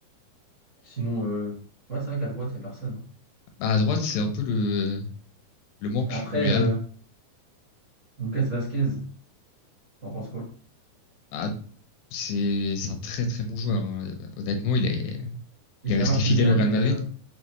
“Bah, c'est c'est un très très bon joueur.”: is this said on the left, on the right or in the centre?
Left